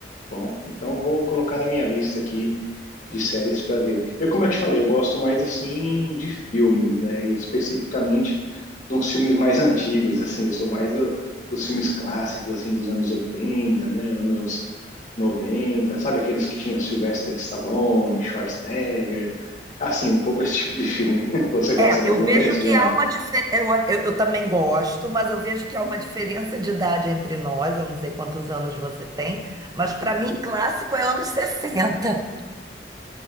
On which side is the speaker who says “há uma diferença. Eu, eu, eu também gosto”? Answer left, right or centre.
Right